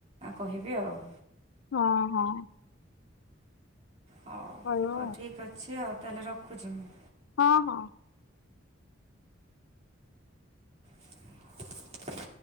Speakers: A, on the right; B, on the left.
A: କହିବେ ଆଉ।
B: ହଁ ହଁ।
A: ହଉ
B: କହିବ
A: ହଉ ଠିକ୍ ଅଛି ଆଉ ତାହେଲେ ରଖୁଛି ମୁଁ।
B: ହଁ ହଁ।
A: <unintelligible>